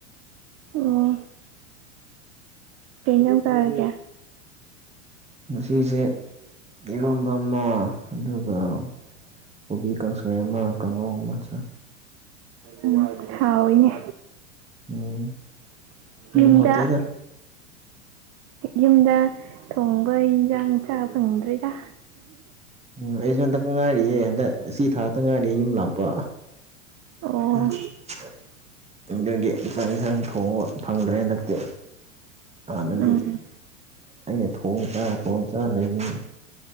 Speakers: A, on the right (about 40°); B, on the right (about 15°).
A: ꯎꯝ ꯀꯩꯖꯥꯡ ꯆꯥꯔꯒꯦ
B: ꯉꯁꯤꯁꯦ ꯏꯔꯣꯝꯕ ꯑꯃ ꯑꯗꯨꯒ ꯀꯣꯕꯤ ꯀꯥꯡꯁꯣꯏ ꯑꯃ ꯀꯥꯡꯉꯧ ꯑꯃ ꯆꯥꯏ
A: ꯎꯝ ꯍꯥꯎ ꯏꯅꯦ
B: ꯎꯝ ꯌꯥꯝ
A: ꯌꯨꯝꯗ
B: ꯍꯥꯎꯇꯦꯗ
A: ꯌꯨꯝꯗ ꯊꯣꯡꯕ ꯏꯟꯁꯥꯡ ꯆꯥ ꯐꯪꯗ꯭ꯔꯦꯗ
B: ꯎꯝ ꯑꯩꯁꯨ ꯍꯟꯗꯛ ꯉꯥꯏꯔꯤꯌꯦ ꯍꯟꯗꯛ ꯁꯤ ꯊꯥꯛꯇ ꯉꯥꯏꯔꯤꯌꯦ ꯌꯨꯝ ꯂꯥꯛꯄ
A: ꯑꯣ
B: <unintelligible> ꯑꯗꯨꯒꯤ ꯆꯥꯛ ꯌꯦꯟꯁꯥꯡ ꯊꯣꯡꯕ ꯐꯪꯗ꯭ꯔꯦ ꯍꯟꯗꯛꯇꯤ ꯍꯥꯟꯅꯗꯤ
A: ꯎꯝ
B: ꯑꯩꯅ ꯊꯣꯡ ꯆꯥ ꯊꯣꯡ ꯆꯥ ꯂꯩꯕꯅꯦ